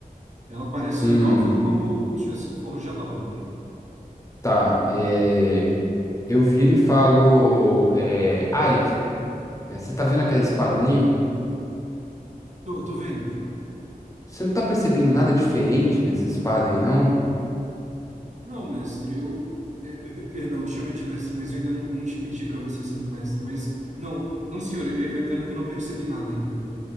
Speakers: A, on the right (about 50°); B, on the left (about 20°).
A: Ela parece
B: Hum,
A: nova como, como se tivesse sido forjada ontem.
B: tá. É. Eu viro e falo, é, Arik, é, você tá vendo aquela espada ali?
A: Tô, tô vendo.
B: Você não tá percebendo nada diferente nessa espada aí, não?
A: Não, mestre, eu. é, p- perdão, te chamei de mestre, mas eu ainda não, não te pedi para você ser meu mestre. Mas, não, não, senhor, eu, eu, eu eu não percebi nada ainda.